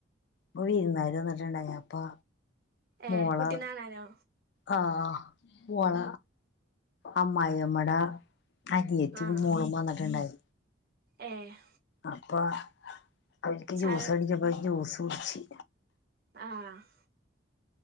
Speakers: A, on the left; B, on the right.
A: പ്പൊ വിര്ന്നാര് വന്ന്ട്ട് ണ്ടായി അപ്പൊ മോളാ
B: ഏഹ് കുട്ടിനെ കാണാനോ
A: ആഹ് ഈവള അമ്മായി അമ്മടെ അതിത്തിം
B: ആഹ്
A: മോളും വന്ന്ട്ട് ണ്ടായി
B: ഏഹ്
A: അപ്പൊ അവര്ക്ക്
B: ചായ
A: ജ്യൂസട്ച്ച്പ്പൊ ജ്യൂസ് കുട്‌ച്ച്.
B: ആഹ്